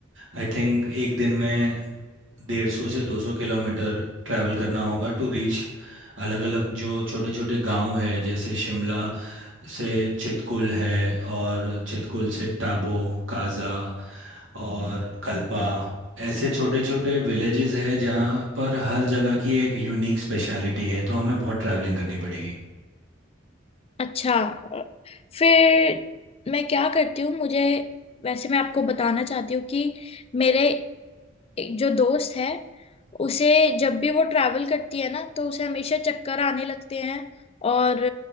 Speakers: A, on the right (about 85°); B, on the left (about 30°).
A: आई थिंक एक दिन में डेढ़ सौ से दो सौ किलोमीटर ट्रैवल करना होगा टू रीच अलग अलग जो छोटे छोटे गांव है जैसे शिमला से चितकुल है और चितकुल से टाबो काजा और कल्पा ऐसे छोटे छोटे विलेजेस है जहाँ पर हर जगह की एक यूनिक स्पेशलिटी है तो हमें बहुत ट्रैवलिंग करनी पड़ेगी
B: अच्छा फिर मैं क्या करती हूँ मुझे वैसे मैं आपको बताना चाहती हूँ कि मेरे एक जो दोस्त है उसे जब भी वो ट्रैवल करती है ना तो उसे हमेशा चक्कर आने लगते हैं और